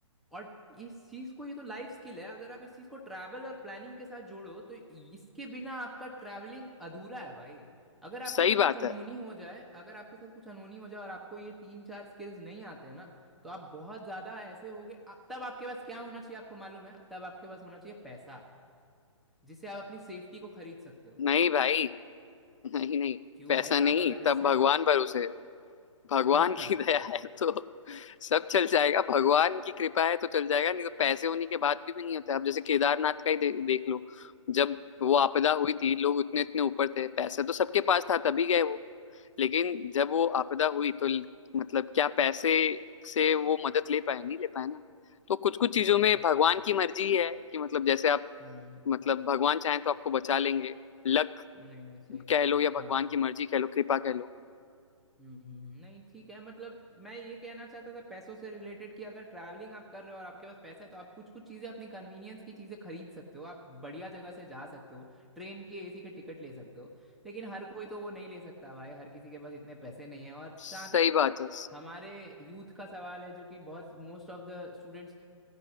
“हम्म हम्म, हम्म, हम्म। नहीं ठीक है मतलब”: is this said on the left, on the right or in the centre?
Centre